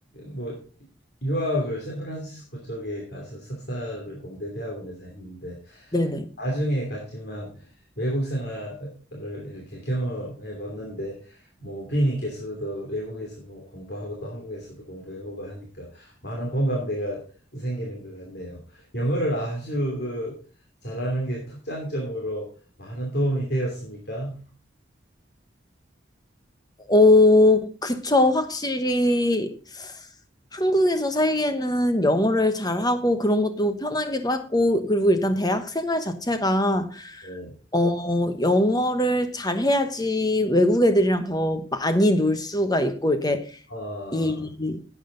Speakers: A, on the left; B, on the left.
A: 뭐 유학을 샌프란시스코 쪽에 가서 석사를 공대 대학원에서 했는데
B: 네네.
A: 나중에 갔지만 외국 생활을 이렇게 경험해 봤는데 뭐 비님께서도 외국에서 뭐 공부하고 또 한국에서도 공부해보고 하니까 많은 공감대가 생기는 것 같네요. 영어를 아주 그 잘하는 게 특장점으로 많은 도움이 되었습니까?
B: 어, 그쵸. 확실히 한국에서 살기에는 영어를 잘하고 그런 것도 편하기도 하고, 그리고 일단 대학 생활 자체가,
A: 네.
B: 어, 영어를 잘해야지 외국 애들이랑 더 많이 놀 수가 있고, 이렇게
A: 아,
B: 이,